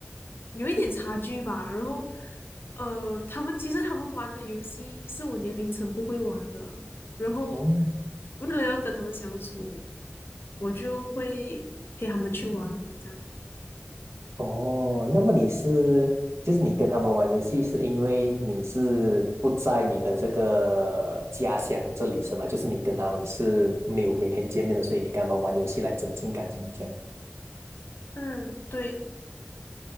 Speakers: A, on the left; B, on the right.
A: 有一点差距吧。然后，呃，她们其实她们玩的游戏是我年龄层不会玩的，然后
B: 哦，
A: 为了要跟她们相处，我就会陪她们去玩这样。
B: 哦，那么你是，就是你跟他们玩游戏，是因为你是不在你的这个家乡这里是吗？就是你跟他们是没有每天见面的，所以你跟他们玩游戏来增进感情，这样。
A: 嗯，对。